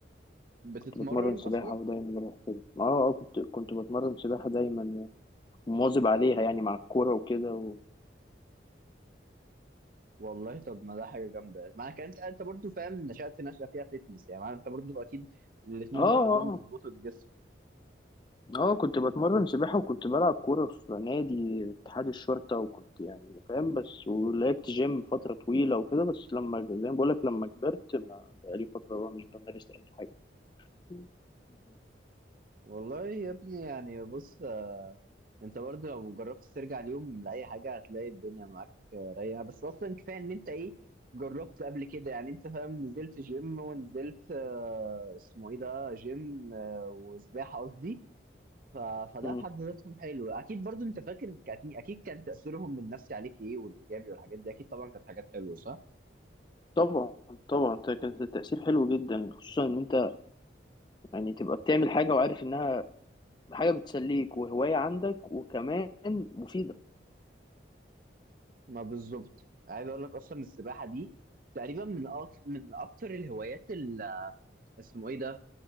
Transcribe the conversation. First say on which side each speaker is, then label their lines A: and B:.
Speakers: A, on the right (about 50°); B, on the left (about 25°).
A: بتتمرن
B: كنت بتمرن سباحه
A: اصلا
B: ودايما بروح كده اه اه كنت كنت بتمرن سباحه دايما ومواظب عليها يعني مع الكوره وكده
A: والله طب ما ده حاجه جامده ما انا انت انت برضو فاهم نشأت نشأة فيها فيتنس يعني ما انت برضو اكيد الاثنين
B: اه
A: دول لوحدهم
B: اه
A: بيظبطوا الجسم
B: اه كنت بتمرن سباحة وكنت بلعب كورة في نادي اتحاد الشرطة وكنت يعني فاهم بس ولعبت جيم فترة طويلة وكده بس لما زي ما بقولك لما كبرت ما بقالي فترة بقى مش بمارس أي حاجة مم.
A: والله يا ابني يعني بص انت برضو لو جربت ترجع اليوم لاي حاجه هتلاقي الدنيا معاك رايقه بس اصلا كفايه ان انت ايه جربت قبل كده يعني انت فاهم نزلت جيم ونزلت آه، اسمه ايه ده جيم آه، وسباحه قصدي ف- فده
B: مم.
A: في حد ذاتهم حلو اكيد برضو انت فاكر اكيد أكيد كان تاثيرهم النفسي عليك ايه والايجابي والحاجات دي اكيد طبعا كانت حاجات حلوه صح
B: طبعا طبعا ده كان تأثير حلو جدا خصوصا ان انت يعني تبقى بتعمل حاجة وعارف انها حاجة بتسليك وهواية عندك وكمان مفيدة
A: ما بالظبط عايز اقول لك اصلا السباحه دي تقريبا من أك... من اكتر الهوايات اللي اسمه ايه ده